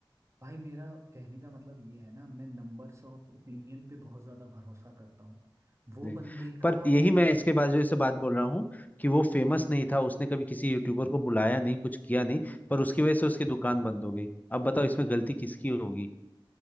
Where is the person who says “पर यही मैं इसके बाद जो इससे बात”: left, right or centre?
Left